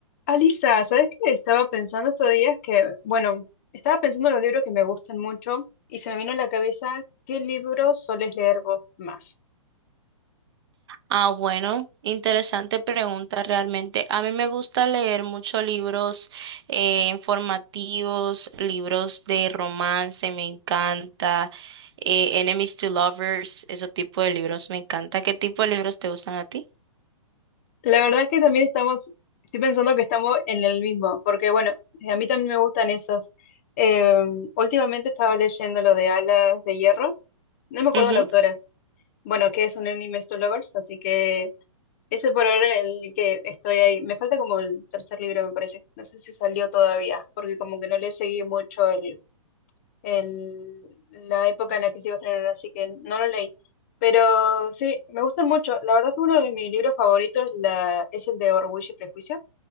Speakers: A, on the left (about 25°); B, on the right (about 50°).
A: Alisa, ¿sabes qué? Estaba pensando estos días que, bueno, estaba pensando en los libros que me gustan mucho y se me vino a la cabeza qué libros soles leer vos más.
B: Ah, bueno, interesante pregunta realmente. A mí me gusta leer muchos libros eh, informativos, libros de romance, me encanta, eh, Enemies to Lovers, ese tipo de libros me encanta. ¿Qué tipo de libros te gustan a ti?
A: La verdad es que también estamos, estoy pensando que estamos en el mismo, porque bueno, eh, a mí también me gustan esos. Eh, últimamente estaba leyendo lo de Alas de Hierro, no me acuerdo
B: Ujú,
A: la autora, bueno, que es un anime to lovers, así que ese por ahora es el que estoy ahí. Me falta como el tercer libro, me parece. No sé si salió todavía, porque como que no le seguí mucho el el- la época en la que se iba a estrenar, así que no lo leí. Pero sí, me gustan mucho. La verdad que uno de mis libros favoritos es, la, es el de Orgullo y Prejuicio.